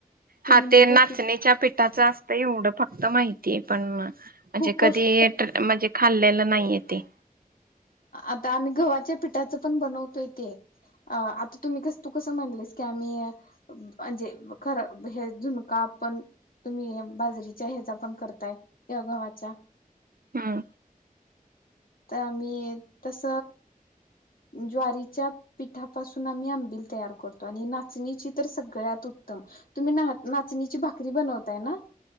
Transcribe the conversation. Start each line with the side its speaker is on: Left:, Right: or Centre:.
Left: तुम्ही
Right: हा
Left: नाही
Right: ते नाचणीच्या
Left: काय केलं
Right: पिठाच असतंय एवढं फक त माहितीय पण. म्हणजे
Left: खूप पौष्टिक
Right: कधी, म्हणजे खाल्लेलं नाही येते
Left: आता आम्ही गव्हाच्या पिठाच पण बनवतोय ते, आता तुम्ही कस तू कसं म्हणलेस की आम्ही म्हणजे खरं हे झुणका पण तुम्ही बाजरीच्या ह्याचा पण करताय या गव्हाच्या
Right: हम्म
Left: त- मी तस ज्वारीच्या पिठापासून आम्ही आंबिल तयार करतो. आणि नाचणीची तर सगळ्यात उत्तम. तुम्ही नाह नाचणीची भाकरी बनवताय ना?